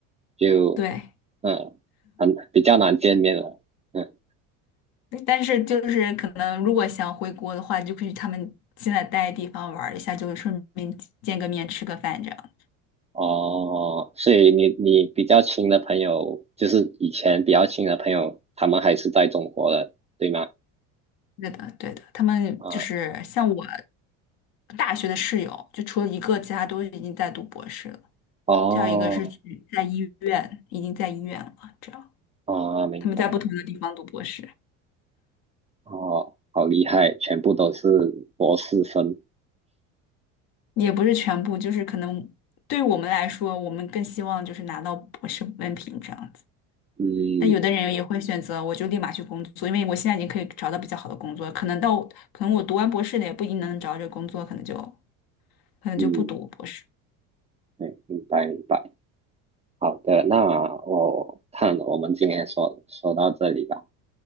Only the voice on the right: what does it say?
就
嗯，很比较难见面了。嗯。
哦，所以你你比较亲的朋友，就是以前比较亲的朋友，他们还是在中国的，对吗？
啊，
哦，
啊，明白，
哦，好厉害，全部都是博士生，
嗯
嗯，对，明白明白，好的，那我看我们今天说说到这里吧，